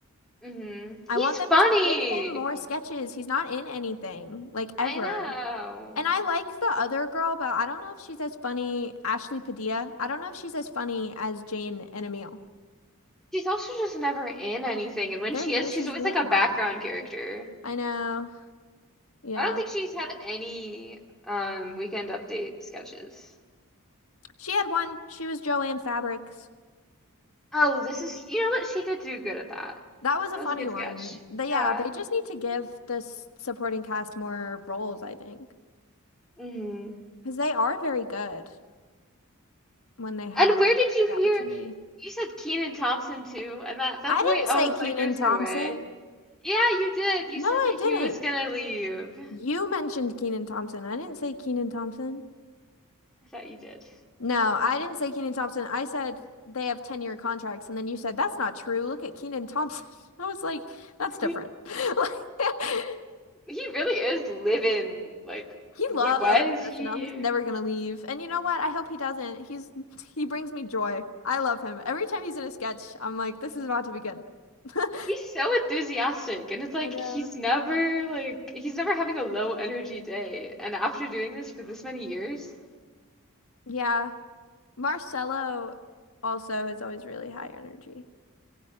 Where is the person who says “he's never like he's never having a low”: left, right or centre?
Centre